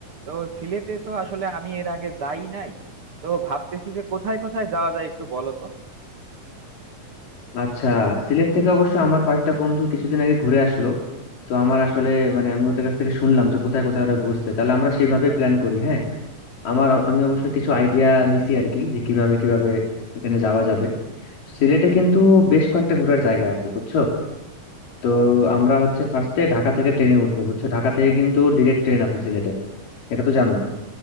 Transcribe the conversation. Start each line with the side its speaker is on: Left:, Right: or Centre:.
Right: তো সিলেটে তো আসলে আমি এর আগে যাই নাই তো ভাবতেছি যে কোথায় কোথায় যাওয়া যায় একটু বলো তো
Left: আচ্ছা সিলেট থেকে অবশ্য আমার কয়েকটা বন্ধু কিছুদিন আগে ঘুরে আসলো তো আমার আসলে মানে আমি ওদের কাছ থেকে শুনলাম যে কোথায় কোথায় ওরা ঘুরছে তাহলে আমরা সেইভাবে প্ল্যান করি হ্যাঁ আমার আমি অবশ্য কিছু আইডিয়া নিছি আর কি যে কিভাবে কিভাবে এখানে যাওয়া যাবে সিলেটে কিন্তু বেশ কয়েকটা ঘোরার জায়গা আছে বুঝছো তো আমরা হচ্ছে ফার্স্টে ঢাকা থেকে ট্রেনে উঠবো বুঝছো ঢাকা থেকে কিন্তু ডিরেক্ট ট্রেন আছে সিলেটে এটা তো জানো